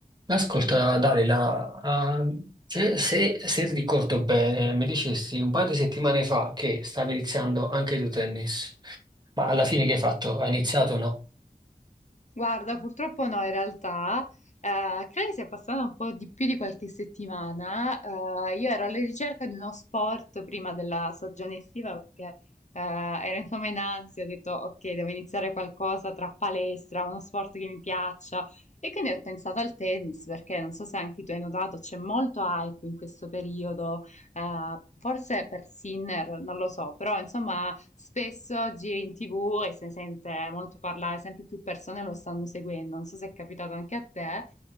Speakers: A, on the right (about 25°); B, on the left (about 50°).
A: Ascolta, Dalila, ah, se, se- se ricordo bene, mi dicesti un paio di settimane fa che stavi iniziando anche tu tennis, ma alla fine che hai fatto? Hai iniziato o no?
B: Guarda, purtroppo no, in realtà, eh, credo che sia passata un po' di più di qualche settimana. Eh, io ero alla ricerca di uno sport prima della stagione estiva perché eh, ero insomma in ansia, ho detto ok, devo iniziare qualcosa tra palestra, uno sport che mi piaccia e quindi ho pensato al tennis perché non so se anche tu hai notato, c'è molto hype in questo periodo, eh, forse per Sinner, non lo so, però insomma spesso oggi è in TV e se ne sente molto parlare, sempre più persone lo stanno seguendo, non so se è capitato anche a te.